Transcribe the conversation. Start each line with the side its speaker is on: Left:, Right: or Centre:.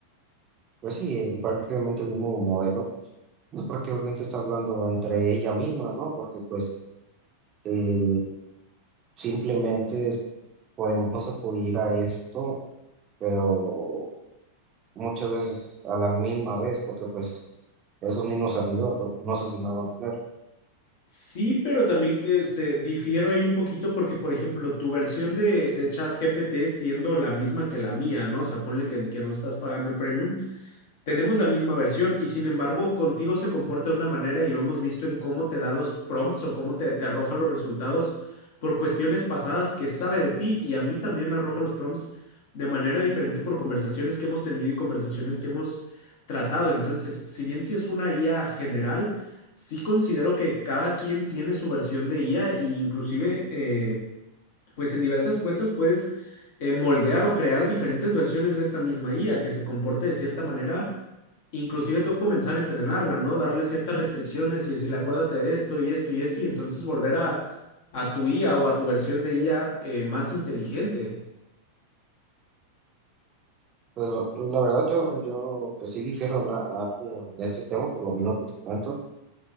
Right: Pues sí, eh, prácticamente el mismo modelo, pues prácticamente está hablando entre ella misma, ¿no? Porque pues eh, simplemente es- podemos acudir a esto, pero muchas veces a la misma vez, porque pues es un mismo servidor, no sé si me va a entender.
Left: Sí, pero también que, este, difiero ahí un poquito porque, por ejemplo, tu versión de, de ChatGPT siendo la misma que la mía, ¿no? O sea, ponle que, que no estás pagando el premium. Tenemos la misma versión y sin embargo contigo se comporta de una manera y lo hemos visto en cómo te da los prompts o cómo te, te arroja los resultados por cuestiones pasadas que sabe de ti y a mí también me arroja los prompts de manera diferente por conversaciones que hemos tenido y conversaciones que hemos tratado. Entonces, si bien si es una IA general, sí considero que cada quien tiene su versión de IA e inclusive... eh, pues en diversas cuentas puedes eh, moldear o crear diferentes versiones de esta misma IA que se comporte de cierta manera, inclusive tú comenzar a entrenarla, ¿no? Darle ciertas restricciones y decirle, acuérdate de esto y esto y esto, y entonces volver a, a tu IA o a tu versión de IA eh, más inteligente.
Right: Pues lo- la verdad yo, yo pues sí difiero en a- algo en este tema, por lo mismo que te cuento.